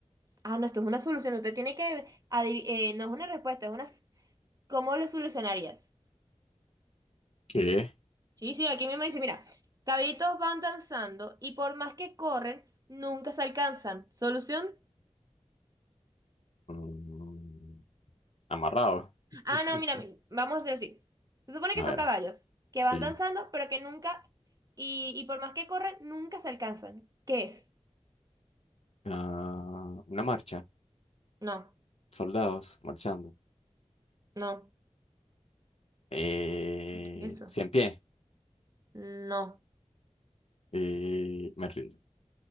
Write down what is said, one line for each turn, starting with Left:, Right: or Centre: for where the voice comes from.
Right: Ah, no, esto es una solución. Usted tiene que adivi- eh, no es una respuesta, es una. s- ¿Cómo lo solucionarías?
Left: ¿Qué?
Right: Sí, sí, aquí mismo dice, mira, caballitos van danzando y por más que corren, nunca se alcanzan. ¿Solución?
Left: Mm, amarrado.
Right: Ah,
Left: <laughs>
Right: no, mira, mi- vamos a decir así. Se supone
Left: A
Right: que son
Left: ver,
Right: caballos que
Left: sí.
Right: van danzando, pero que nunca, y, y por más que corren, nunca se alcanzan. ¿Qué es?
Left: Ah, una marcha.
Right: No,
Left: Soldados marchando.
Right: no.
Left: Eh,
Right: ¿Y ¿Qué es eso?
Left: cien pie.
Right: No.
Left: Eh, me rindo.